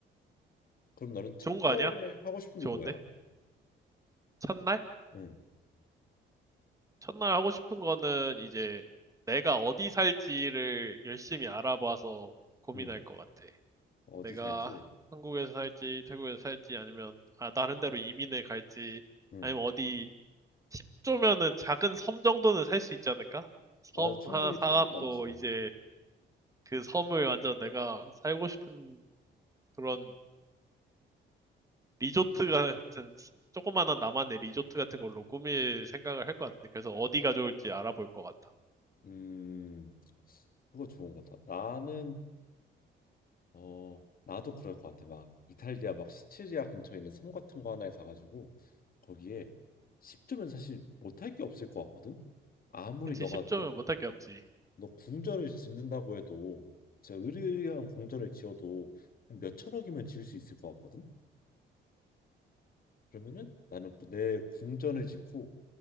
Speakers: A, on the left (about 45°); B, on the right (about 15°).
A: 그럼 너는 첫날
B: 좋은 거 아니야?
A: 하고 싶은
B: 좋은데?
A: 게 뭐야?
B: 첫날?
A: 응,
B: 첫날 하고 싶은 거는 이제 내가 어디 살지를 열심히 알아봐서 고민할
A: 응.
B: 것 같아
A: 어디
B: 내가
A: 살지?
B: 한국에서 살지 태국에서 살지 아니면 아 다른 데로 이민을 갈지
A: 응.
B: 아니면 어디 10조면은 작은 섬 정도는 살 수 있지 않을까? 섬
A: 어, 충분히
B: 하나
A: 사고
B: 사갖고
A: 남지.
B: 이제 그 섬을 완전 내가 살고 싶은 그런 리조트 같은 조그만한 나만의 리조트 같은 걸로 꾸밀 생각을 할 것 같은데 그래서 어디가 좋을지 알아볼 것 같아.
A: 음, 그거 좋은 것 같아. 나는 어, 나도 그럴 것 같아. 막 이탈리아 막 시칠리아 근처에 있는 섬 같은 거 하나에 가가지고 거기에 10주면 사실 못할 게 없을 것 같거든. 아무리
B: 그치
A: 너가
B: 10조면
A: 너,
B: 못할 게 없지.
A: 너 궁전을 짓는다고 해도 진짜 으리으리한 궁전을 지어도 한 몇천억이면 지을 수 있을 것 같거든. 그러면은 나는 그 내 궁전을 짓고